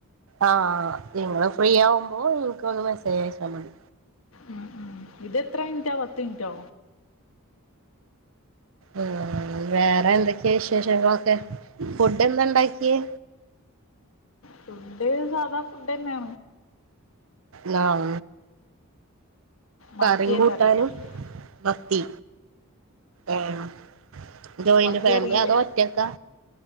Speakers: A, on the right; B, on the left.
A: ആ നിങ്ങള് ഫ്രീ ആവുമ്പോ ഇൻക്കൊന്ന് മെസ്സേജ് അയച്ചാൽ മതി
B: ഉം ഉം ഇതെത്ര മിൻറ്റാ പത്ത് മിൻറ്റോ
A: ഉം വേറെ എന്തൊക്കെയാ വിശേഷങ്ങളൊക്കെ ഫുഡ് എന്താ ഉണ്ടാക്കിയേ
B: ഫുഡ് സാധാ ഫുഡ്ന്നേണ്
A: നാം
B: മത്തിയ
A: കറിം കൂട്ടാനും
B: കറി മത്തി
A: മത്തി ഓം ജോയിന്റ്
B: മത്തി
A: ഫാമിലി
B: അറിയില്ലേ
A: അതോ ഒറ്റക്കാ